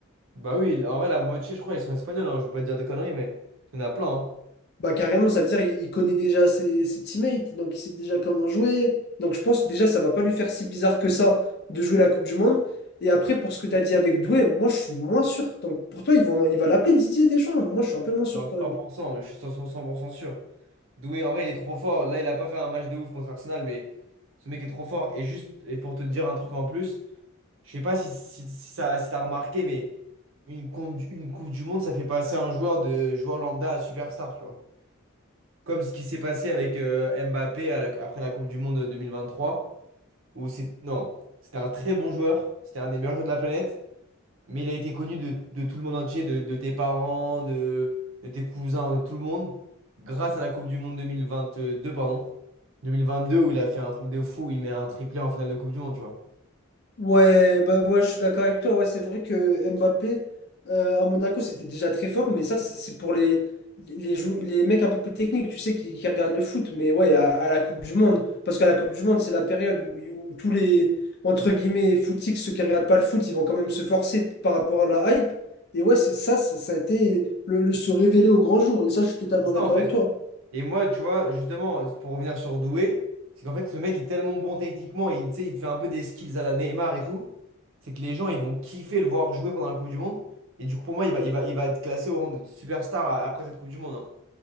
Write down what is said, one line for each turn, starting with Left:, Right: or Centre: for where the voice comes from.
Right: Bah oui, en vrai, la moitié, je crois, ils sont espagnols, hein, je veux pas te dire de conneries, mais il y en a plein. hein.
Left: Bah carrément, ça veut dire qu'il connaît déjà ses, ses teammates, donc il sait déjà comment jouer. Donc je pense déjà ça va pas lui faire si bizarre que ça de jouer la Coupe du Monde. Et après, pour ce que tu as dit avec Doué, moi je suis moins sûr. Donc pour toi, ils vont, il va l'appeler Didier Deschamps. Moi je suis un peu moins sûr
Right: Non,
Left: quand
Right: 100%,
Left: même.
Right: mais je suis 100%, 100% sûr. Doué, en vrai, il est trop fort. Là, il a pas fait un match de ouf contre Arsenal, mais ce mec est trop fort. Et juste, et pour te dire un truc en plus. Je sais pas si, si, si ça, si t'as remarqué, mais une, con- une Coupe du Monde, ça fait passer un joueur de joueur lambda à superstar, tu vois. Comme ce qui s'est passé avec euh, Mbappé à la- après la Coupe du Monde 2023, où c'est, non, c'était un très bon joueur, c'était un des meilleurs joueurs de la planète, mais il a été connu de, de tout le monde entier, de, de tes parents, de, de tes cousins, de tout le monde, grâce à la Coupe du Monde 2022, pardon, 2022, où il a fait un truc de fou, il met un triplé en finale de Coupe du Monde, tu vois.
Left: Ouais, bah ouais, je suis d'accord avec toi. Ouais, c'est vrai que Mbappé euh, à Monaco c'était déjà très fort, mais ça c'est c'est pour les les, jou- les mecs un peu plus techniques, tu sais, qui, qui regardent le foot. Mais ouais, à, à la Coupe du Monde, parce qu'à la Coupe du Monde c'est la période où, où tous les entre guillemets footix, ceux qui regardent pas le foot, ils vont quand même se forcer par rapport à la hype. Et ouais, c'est ça, ça, ça a été le, le se révéler au grand jour. Et ça, je suis totalement
Right: C'est ça,
Left: d'accord
Right: en fait.
Left: avec toi.
Right: Et moi, tu vois, justement, pour revenir sur Doué, c'est qu'en fait, ce mec est tellement bon techniquement et il, tu sais, il fait un peu des skills à la Neymar et tout. C'est que les gens, ils vont kiffer le voir jouer pendant la Coupe du Monde. Et du coup, pour moi, il va, il va, il va être classé au rang de superstar a- après cette Coupe du Monde. hein.